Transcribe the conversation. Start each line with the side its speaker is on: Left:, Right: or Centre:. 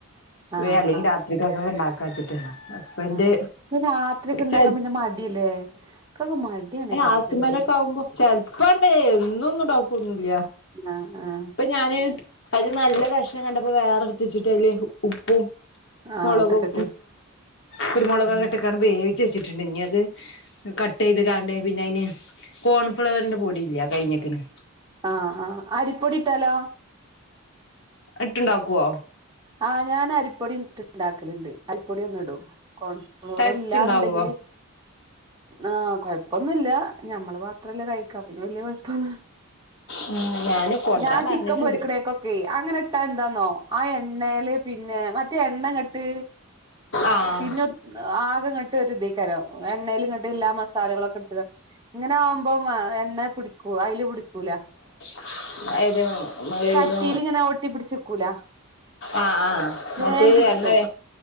Right: ആഹ്
Left: ഇ അല്ലെങ്കിൽ
Right: ആഹ്
Left: രാത്രികക്ക് ഇണ്ടാക്ക ച്ചിട്ട് ഹസ്ബൻറ്
Right: ആഹ് ഇത് രാത്രിയൊക്കെ ഇണ്ടാക്കാൻ
Left: ചെൽ
Right: പിന്നെ മടിയല്ലേ ഇക്കൊക്കെ മടിയാണ് രാത്രിയൊക്കെ
Left: ആസ്മല
Right: പിന്നെ
Left: ഒക്കെ ആകുമ്പോ ചെലപ്പാണ്ടേ എന്ന ഒന്നുംണ്ടോക്കന്നില്ല
Right: ആഹ് ആഹ്
Left: ഞാന് അയില് നല്ല കഷ്ണം കണ്ടപ്പോ വേറെ ഇട്ത് വച്ചിട്ട് അതില് ഉപ്പും
Right: ആഹ്
Left: മുളകും
Right: അതൊക്കെ ഇട്ട്
Left: കുരുമുളകൊക്കെട്ടക്കാണ്
Right: ഉം
Left: വേവിച്ച് വെച്ചിട്ടുണ്ട് ഇനി അത് കട്ട്യ്ത് കാണ്ട് പിന്നെ അതിന് കോൺഫ്ലവറിന്റെ പൊടി ഇല്ല അത് കഴിഞ്ഞക്കിന്
Right: ആഹ് ആഹ് അരിപ്പൊടി ഇട്ടാലോ
Left: ഇട്ട് ഇണ്ടാകുവോ
Right: ആഹ് ഞാൻ അരിപ്പൊടി ഇ ഇണ്ടാക്കലിണ്ട് അരിപ്പൊടിയോന്ന് ഇടും കോൺ ഫ്ലോർ
Left: ടേസ്റ്റ്
Right: ഇല്ലാന്നുണ്ടെങ്കില്
Left: ഉണ്ടാവോ
Right: ആഹ് കൊഴപ്പൊന്നുല്ല ഞമ്മള് മാത്രല്ലേ കഴിക്ക അപ്പൊ പിന്നെ വല്യ കൊഴപ്പൊന്ന
Left: ഉം ഞാന് കൊണ്ടരാൻ
Right: ഞാൻ ചിക്കൻ
Left: പറഞ്ഞിട്ടുണ്ട്
Right: പൊരിക്കണേക്കൊക്കെ അങ്ങനെ ഇട്ടാ എന്താന്നോ ആ എണ്ണൽ പിന്നെ മ മറ്റ എണ്ണങ്ങ്ട്ട്
Left: ആഹ്
Right: പിന്നെ ആകെ ഇങ്ങോട് ഇതേക്കരം എണ്ണൽ ഇങ്ങട്ട് എല്ലാ മസാലകളൊക്കെ ഇടുക്ക ഇങ്ങനെ ആകുമ്പോ എണ്ണ പിടിക്കൂ അതില് പിടിക്കൂല
Left: <inaudible>
Right: ചട്ടിലിങ്ങനൊട്ടീ
Left: ഏത്
Right: പിടിച്ചുകൂല
Left: ആഹ് ആഹ്
Right: വേ
Left: മറ്റേ
Right: കിട്ടും
Left: എണ്ണ